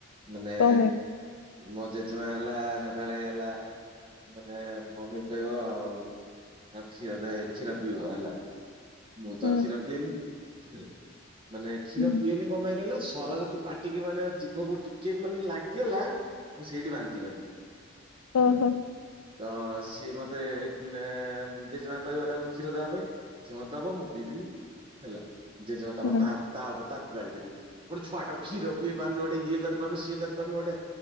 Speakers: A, on the right; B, on the left.
A: ମାନେ।
B: କଣ ହୁଏ?
A: ମୋ ଜେଜେମା ହେଲା ସଦାବେଳେ ହେଲା ମାନେ ମମି କୁ କହିବ ଆଉ। ତାକୁ କ୍ଷୀର ଦେ କ୍ଷୀର ପିଇବ ହେଲା। ମୁଁ ତ
B: ହୁଁ
A: କ୍ଷୀର ପିଏନି ହେଲା ମାନେ କ୍ଷୀର
B: ହୁଁ
A: ପିଏନି କଁ ପାଇଁ କହିଲ ସର ଯଦି ପାଟି ଟି କି ମାନେ ଜିଭକୁ ଟିକେ ମାନେ ଲାଗି ଗଲା ମୁଁ ସେଇଠି ବାନ୍ତି କରିଦିଏ। ହେଲା।
B: ଓହୋ
A: ତ ସିଏ ମତେ ଏଁ ଜେଜେମା କହିବା ତାକୁ କ୍ଷୀର ଦବା ପାଇଁ ସେ ମତେ ଦବ ମୁଁ ପିଇବିନି ହେଲା ଜେଜମା ତାପର
B: ହୁଁ
A: ତା ତା ପରେ ତାକୁ ଗାଳି କରିବ ଗୋଟେ ଛୁଆ ଟାକୁ କ୍ଷିର ପିଏଇ ପାରୁନୁ ଗୋଟେ ଇଏ କରିପାରୁନି ସିଏ କରିପାରୁନୁ ଗୋଟେ।